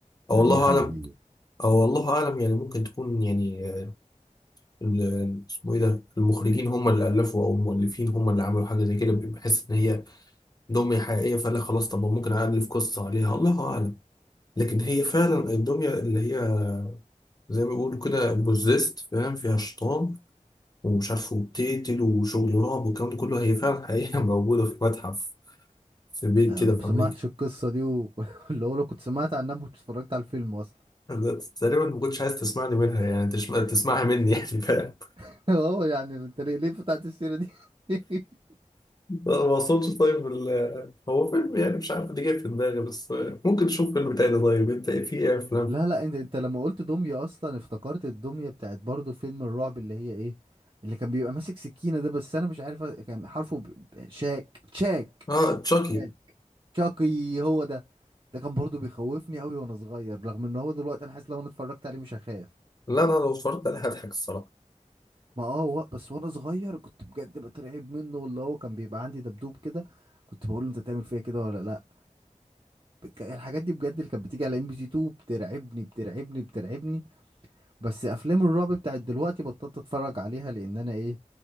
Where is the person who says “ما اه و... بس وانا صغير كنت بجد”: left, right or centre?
Right